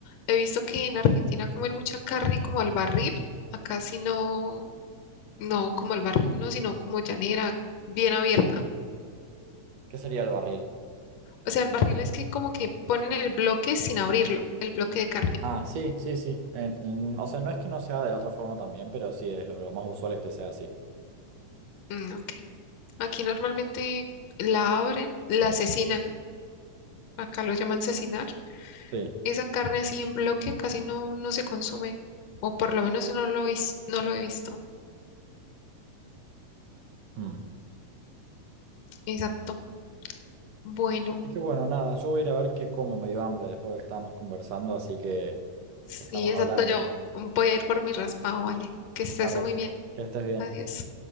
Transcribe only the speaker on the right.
¿Qué sería el barril?
Ah, sí, sí, sí. en- en- o sea, no es que no sea de la otra forma también, pero sí, es lo, lo más usual es que sea así.
Sí.
hmm.
Y que bueno, nada, yo voy a ir a ver qué como, me dio hambre después de lo que estábamos conversando, así que
estamos
hablando.
Bárbaro.
Que estés bien.